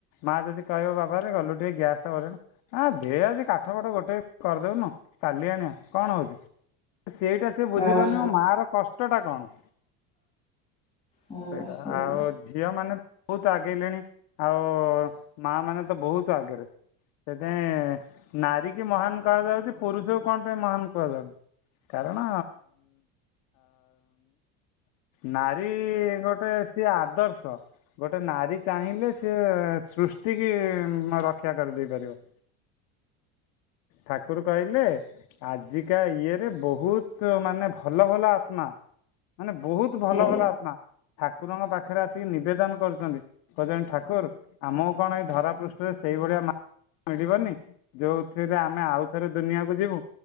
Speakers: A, on the left; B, on the left.
A: ମା ଯଦି କହିବ ବାବା ରେ ଗଲୁ ଟିକେ ଗ୍ୟାସ୍ ଟା ଭରି ଆଣିବୁ ହ ଦେ ଆଜି କାଠ ପାଠ ଗୋଟେ କରିଦେଉନୁ କଲି ଆଣିବା କଣ ହଉଛି। ସେଇଟା। ସେ ବୁଝିପାରୁନ
B: ହଁ ହଁ
A: ମା ର କଷ୍ଟ ଟା କଣ
B: ହଁ
A: ସେଇଟା
B: ସେଇଆ
A: ଆଉ। ଝିଅ ମାନେ ବହୁତ ଆଗେଇଲେଣି ଆଉ ମା ମାନେ ତ ବହୁତ ଆଗରେ। ସେଥିାଇଁ ନାରୀ କି ମହାନ କୁହାଯାଉଛି ପୁରୁଷକୁ କଣ ପାଇଁ ମହାନ କୁହାଯାଉନି? କାରଣ। ନାରୀ ଗୋଟେ ସିଏ ଆଦର୍ଶ ଗୋଟେ ନାରୀ। ଚାହିଁଲେ ସେି ସୂର୍ଷ୍ଟି କି ରକ୍ଷା କରିଦେଇ ପାରିବ। ଠାକୁର କହିଲେ। ଆଜିକା ଇଏ ରେ ବହୁତ ମାନେ ଭଲ ଭଲ ଆତ୍ମା। ମାନେ ବହୁତ ଭଲ
B: ଆଜ୍ଞା
A: ଭଲ ଆତ୍ମା। ଠାକୁରଙ୍କ ପାଖରେ ଆସିକି ନିବେଦନ କରିଛନ୍ତି କହୁଛନ୍ତି ଠାକୁର ଆମ। କଣ ଏଇ ଧରା ପୃଷ୍ଠରେ ସେଇଭଳିଆ। ମିଳିବନି ଯୋଉଥିରେ ଆମେ ଆଉ ଥରେ ଦୁନିଆକୁ ଯିବୁ।